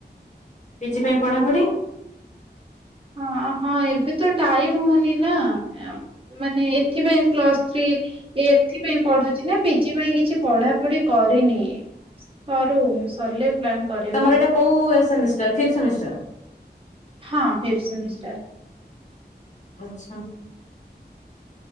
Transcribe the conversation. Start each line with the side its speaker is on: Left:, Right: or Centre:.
Left: ପିଜି ପାଇଁ ପଢାପଢି।
Right: ହଁ, ହଁ ଏବେ ତ ଟାଇମ ହଉନି ନା ମାନେ ଏଥିପାଇଁ ପ୍ଲସ୍ ଥ୍ରୀ ଏଥିପାଇଁ ପଢୁଛି ନା ପିଜି ପାଇଁ କିଛି ପଢାପଢି କରିନି ସରୁ ସରିଲେ ପ୍ଲାନ୍ କରିବି।
Left: ତମର ଏଇଟା କୋଉ ଏ ସେମିଷ୍ଟାର ଫିପ୍ଥ ସେମିଷ୍ଟର।
Right: ହଁ ଫିଫ୍ଥ ସେମିଷ୍ଟାର୍।
Left: ଆଛା।